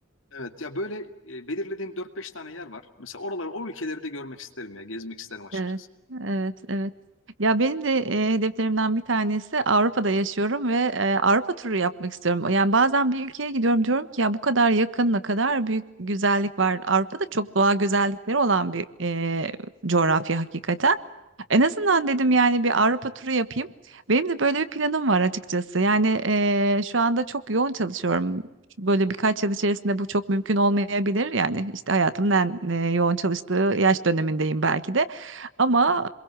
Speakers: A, on the left; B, on the right.
A: evet ya böyle e, belirlediğim dört beş tane yer var. Mesela oraları o ülkeleri de görmek isterim ya. Gezmek isterim açıkçası.
B: Evet, evet, evet. Ya benim de e, hedeflerimden bir tanesi Avrupa'da yaşıyorum ve e, Avrupa turu yapmak istiyorum. Yani bazen bir ülkeye gidiyorum diyorum ki ya bu kadar yakın ne kadar büyük güzellik var. Avrupa'da çok doğa güzellikleri olan bir e, coğrafya hakikaten. En azından dedim yani bir Avrupa turu yapayım. Benim de böyle bir planım var açıkçası. Yani e, şu anda çok yoğun çalışıyorum. Böyle birkaç yıl içerisinde bu çok mümkün olmayabilir. Yani işte hayatımın en e, yoğun çalıştığı yaş dönemindeyim belki de. Ama